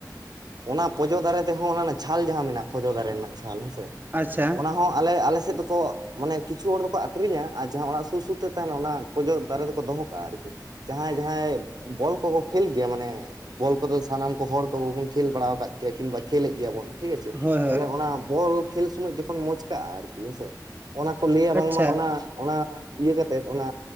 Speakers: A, on the right; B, on the right.
A: ᱚᱱᱟ ᱯᱚᱡᱚ ᱫᱟᱨᱮ ᱛᱮᱦᱚᱸ ᱚᱱᱟ ᱨᱮᱱᱟᱜ ᱪᱷᱟᱞ ᱡᱟᱦᱟᱸ ᱢᱮᱱᱟᱜᱼᱟ ᱯᱚᱡᱚ ᱫᱟᱨᱮ ᱨᱮᱱᱟᱜ ᱪᱷᱟᱞ ᱦᱮᱸᱥᱮ ᱾
B: ᱟᱪᱪᱷᱟ
A: ᱦᱚᱸ ᱟᱞᱮ ᱟᱞᱮᱥᱮᱫ ᱫᱚᱠᱚ, ᱢᱟᱱᱮ ᱠᱤᱪᱷᱩ ᱦᱚᱲ ᱫᱚᱠᱚ ᱟᱠᱷᱨᱤᱧᱟ ᱟᱨ ᱡᱟᱦᱟᱸ ᱚᱲᱟᱜ ᱥᱩᱨ ᱥᱩᱨ ᱛᱮ ᱛᱟᱦᱮᱱᱟ ᱚᱱᱟ ᱯᱚᱡᱟᱹ ᱫᱟᱨᱮ ᱫᱚᱠᱚ ᱫᱚᱦᱚ ᱠᱟᱜ-ᱟ ᱟᱨᱠᱤ ᱡᱟᱦᱟᱸᱭ ᱡᱟᱦᱟᱸᱭ ᱵᱚᱞ ᱠᱚᱠᱚ ᱠᱷᱮᱞ ᱜᱮᱭᱟ ᱢᱟᱱᱮ ᱵᱚᱞ ᱠᱚᱫᱚ ᱥᱟᱱᱟᱢ ᱠᱚ ᱦᱚᱲ ᱠᱚᱵᱚᱱ ᱠᱷᱮᱞ ᱵᱟᱲᱟ ᱟᱠᱟᱫ ᱜᱮᱭᱟ ᱠᱤᱝᱵᱟ ᱠᱷᱮᱞᱮᱫ ᱜᱮᱭᱟ ᱵᱚᱱ᱾ ᱴᱷᱤᱠ ᱟᱪᱷᱮ
B: ᱦᱳᱭ
A: ᱛᱟᱦᱞᱮ
B: ᱦᱳᱭ
A: ᱚᱱᱟ ᱵᱚᱞ ᱠᱷᱮᱞ ᱥᱚᱢᱚᱭ ᱡᱚᱠᱷᱚᱱ ᱢᱚᱪᱠᱟᱜᱼᱟ ᱟᱨᱠᱤ ᱦᱮᱸᱥᱮ, ᱚᱱᱟ ᱠᱚ ᱞᱟᱹᱭᱟ ᱵᱟᱝᱢᱟ
B: ᱟᱪᱪᱷᱟ
A: ᱚᱱᱟ ᱚᱱᱟ ᱤᱭᱟᱹ ᱠᱟᱛᱮᱫ ᱚᱱᱟ